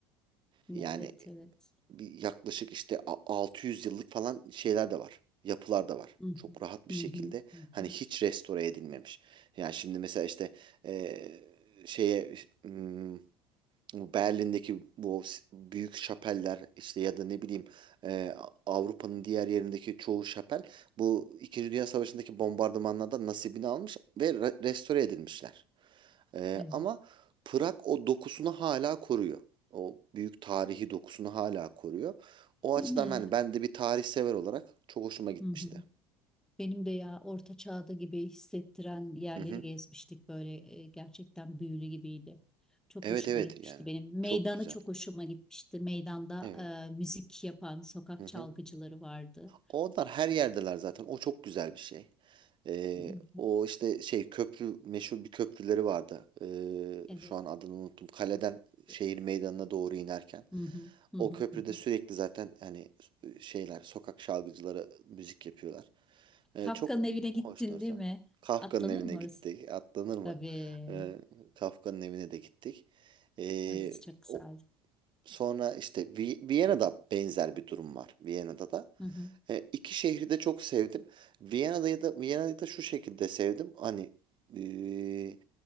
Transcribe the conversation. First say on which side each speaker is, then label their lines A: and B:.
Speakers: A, in the centre; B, on the right.
A: Evet,
B: Yani
A: evet.
B: bir yaklaşık işte a- 600 yıllık falan şeyler de var. Yapılar da var.
A: Hı hı.
B: Çok rahat bir
A: Hı
B: şekilde
A: hı. Hı
B: hani
A: hı.
B: hiç restore edilmemiş. Yani şimdi mesela işte e, şeye hmm, bu Berlin'deki bu s- büyük şapeller işte ya da ne bileyim e, Avrupa'nın diğer yerindeki çoğu şapel bu İkinci Dünya Savaşı'ndaki bombardımanlardan nasibini almış ve re- restore edilmişler. Ee,
A: Evet.
B: ama Prag o dokusunu hala koruyor. O büyük tarihi dokusunu hala koruyor. O
A: Değil
B: açıdan
A: mi?
B: ben, ben de bir tarih sever olarak çok hoşuma gitmişti.
A: Hı hı. Benim de ya orta çağda gibi hissettiren yerleri
B: Hı hı.
A: gezmiştik böyle e, gerçekten büyülü gibiydi. Çok
B: Evet
A: hoşuma
B: evet
A: gitmişti
B: yani.
A: benim. Meydanı
B: Çok güzel.
A: çok hoşuma gitmişti. Meydanda
B: Evet.
A: e, müzik yapan sokak
B: Hı hı.
A: çalgıcıları vardı.
B: Onlar her yerdeler zaten. O çok güzel bir şey. Ee,
A: Hı hı.
B: o işte şey köprü meşhur bir köprüleri vardı. Ee,
A: Evet.
B: şu an adını unuttum. Kaleden şehir
A: evet.
B: meydanına doğru inerken.
A: Hı hı, hı
B: O
A: hı,
B: köprüde
A: hı hı.
B: sürekli zaten hani şeyler sokak şarkıcıları müzik yapıyorlar. Ee,
A: Kafka'nın
B: çok
A: evine gittin
B: hoştu ortam.
A: değil mi?
B: Kafka'nın
A: Atlanır
B: evine
A: mı
B: gittik.
A: orası?
B: Atlanır mı?
A: Tabii.
B: Ee, Kafka'nın evine de gittik. Ee,
A: Orası çok güzel.
B: o, sonra işte Vi- Viyana'da benzer bir durum var. Viyana'da da.
A: Hı hı,
B: Ee, iki şehri de çok sevdim. Viyana'da da Viyana'yı da şu şekilde sevdim. Hani ee,